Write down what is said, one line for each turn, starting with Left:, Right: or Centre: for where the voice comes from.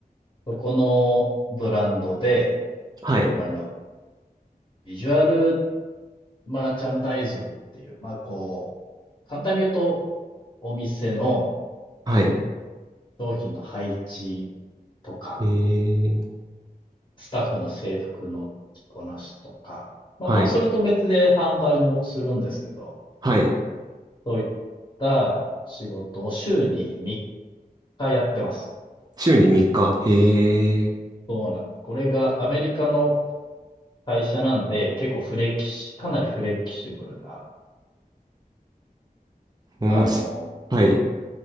Left: そこのブランドで、
Right: はい。
Left: あの、ビジュアルマーチャンダイズっていう、まあこう、簡単に言うとお店の
Right: はい。
Left: 商品の配置とか、
Right: えー、
Left: スタッフの制服の着こなしとか、まあ、
Right: はい。
Left: もうそれと別で販売もするんですけど、
Right: はい。
Left: そういった仕事を週に3日やってます。
Right: 週に3日。へえ。
Left: そうなんです。これがアメリカの会社なんで、結構フレキシ、かなりフレキシブルな、
Right: おもし、
Left: あの、
Right: はい。